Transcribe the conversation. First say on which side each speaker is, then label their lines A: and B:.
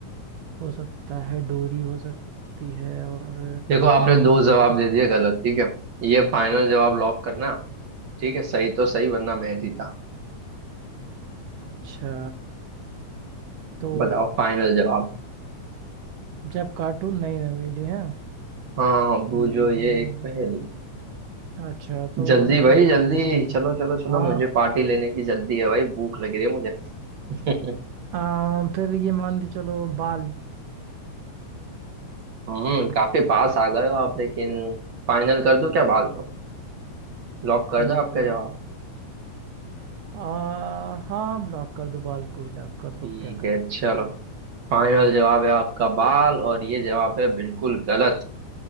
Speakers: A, on the right (about 75°); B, on the right (about 60°).
A: हो सकता है डोरी हो सकती है और
B: देखो आपने दो जवाब
A: रस-
B: दे दिए गलत ठीक है ये फाइनल जवाब लॉक करना ठीक है सही तो सही वरना मैं जीता
A: अच्छा तो
B: बताओ फाइनल जवाब
A: जब काटो नई नवेली है
B: हाँ बूझो
A: हम्म
B: ये एक पहेली
A: अच्छा तो
B: जल्दी
A: ये
B: भाई जल्दी
A: हो-
B: चलो चलो चलो
A: हाँ
B: मुझे पार्टी लेने की जल्दी है भाई भूख लग रही है मुझे <laughs>
A: आ, फिर ये मान के चलो बाल
B: हम्म काफी पास आ गए हो आप लेकिन फाइनल कर दूं क्या बाल को लॉक कर
A: हम्म
B: दो आपका जवाब
A: हाँ हाँ लॉक कर दो बाल को ही लॉक कर दो
B: ठीक
A: क्या
B: है
A: करे फिर
B: चलो फाइनल जवाब है आपका बाल और ये जवाब है बिल्कुल गलत